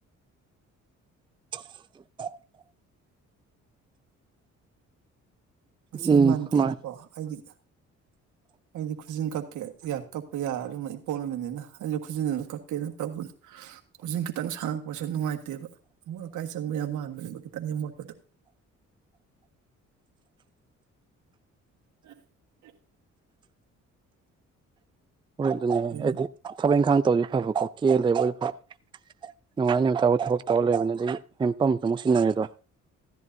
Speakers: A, on the right; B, on the right.
A: <inaudible>
B: ꯉꯁꯤ
A: ꯎꯝ
B: ꯃꯟꯇꯦꯅꯤꯀꯣ
A: ꯃꯥꯅꯤ
B: ꯑꯩꯗꯤ ꯑꯩꯗꯤ ꯈꯨꯖꯤꯟ ꯀꯛꯀꯦ ꯌꯥ ꯀꯛꯄ ꯌꯥꯔꯔꯣꯏ ꯃ ꯏꯄꯣꯛ ꯅꯨꯃꯤꯠꯅꯤꯅ ꯑꯩꯁꯨ ꯈꯨꯖꯤꯟ ꯑꯝ ꯀꯛꯀꯦꯅ ꯇꯧꯕꯅꯤ ꯈꯨꯖꯤꯟ ꯈꯤꯇꯪ ꯁꯥꯡꯉꯛꯄꯁꯦ ꯅꯨꯡꯉꯥꯏꯇꯦꯕ ꯑꯃꯣꯠ ꯑꯀꯥꯏ ꯆꯪꯕ ꯌꯥꯝ ꯃꯥꯟꯕꯅꯦꯕ ꯈꯤꯇꯪ ꯍꯦꯛ ꯃꯣꯠꯄꯗ <inaudible>
A: ꯍꯣꯏ ꯑꯗꯨꯅꯦ
B: ꯃꯤꯅꯤꯠ
A: ꯍꯥꯏꯗꯤ ꯊꯕꯛ ꯏꯪꯈꯥꯡ ꯇꯧꯗꯗꯤ ꯐꯕꯀꯣ ꯀꯦꯂꯩꯕ ꯑꯣꯏꯗꯤ ꯐꯕ ꯅꯨꯡꯉꯥꯟ ꯗꯩ ꯅꯨꯃꯤꯠ ꯇꯕꯥꯎ ꯊꯕꯛ ꯇꯧꯔ ꯂꯩꯕꯅꯤ ꯑꯗꯒꯤ ꯍꯦꯟꯄꯝꯇꯣ ꯑꯃꯨꯛ ꯁꯤꯖꯤꯟꯅꯔꯦ ꯗꯣ